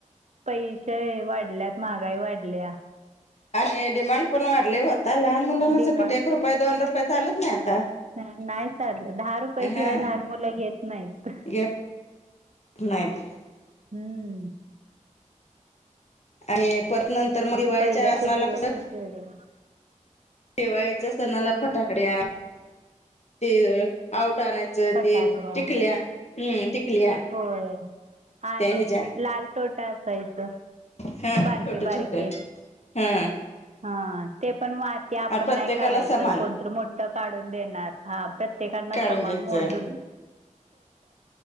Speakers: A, on the right; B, on the left.
A: पैसे वाढल्यात, महागाई वाढल्या
B: आणि डिमांड पण वाढली होता लहान मुलांनाच
A: डिमांड
B: कठ एक रुपये दोन रुपये चालत नाही. आता.
A: नाही चाललं दहा रुपयया
B: हा
A: शिवाय लहान मुलं घेत नाहीत.
B: घेत नाहीत.
A: हम्म
B: आणि परत नंतर मग दिवाळीच्या
A: पहिल्याच
B: सनाला
A: दिवसच
B: कस
A: वेगळं
B: दिवाळीच्या सणाला फटाकड्या ते आउ आणायचं
A: फटाकडा
B: ती टिकल्या हम्म! टिकल्या
A: होय आणि
B: त्या ह्याच्या
A: लाल टोटा असायचं.
B: हा
A: बारके
B: छोटे
A: बारके
B: छोटे हा.
A: हा ते पण माती आपण
B: प्रत्येकाला
A: नाही काढायचं,
B: समान
A: कोण तर मोठ काढून देणार हा प्रत्य प्रत्येकांना
B: काढून
A: समान
B: द्यायचं
A: मोजून.